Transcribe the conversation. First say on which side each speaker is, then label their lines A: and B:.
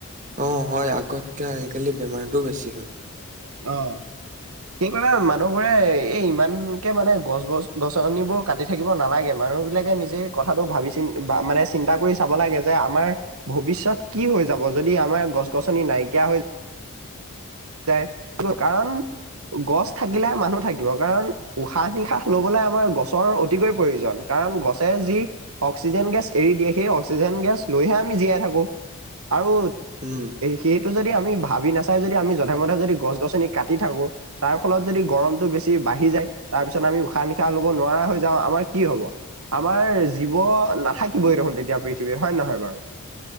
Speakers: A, on the right; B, on the right.
A: অ হয় আগতকে আজিকালি বেমাৰটোও বেছি হ'ল
B: অ সেইবাবে মানুহবোৰে এই ইমানকে মানে গছ গছ গছনিবোৰ কাটি থাকিব নালাগে মানে। মানুহ বিলাকে নিজে কথাটো ভাবি চি মানে চিন্তা কৰি চাব লাগে যে আমাৰ ভৱিষ্যয়ত কি হৈ যাব যদি আমাৰ গছ গছনি নাইকিয়া হৈ যায় কাৰণ, গছ থাকিলেহে মানুহ থাকিব কাৰণ উশাহ নিশাহ লবলৈ আমাৰ গছৰ অতিকৈ প্ৰয়োজন কা কাৰণ গছে যি অক্সিজেন গেছ এৰি দিয়ে সেই অক্সিজেন গেছ লৈহে আমি জীয়াই থাকো, আৰু
A: উম
B: সেইটো যদি আমি ভাবি নাচাই যদি আমি জ ধে মধে যদি গছ গছনি কাটি থাকো, তাৰ ফলত যদি গৰমটো বেছি বাঢ়ি যায়, তাৰ পিছত আমি উশাহ নিশাহ লব নোৱাৰা হৈ যাওঁ আমাৰ কি হ'ব। আমাৰ জীৱ নাথাকিবই দেখোন তেতিয়া পৃথিৱীত হয় নে নহয় বাৰু?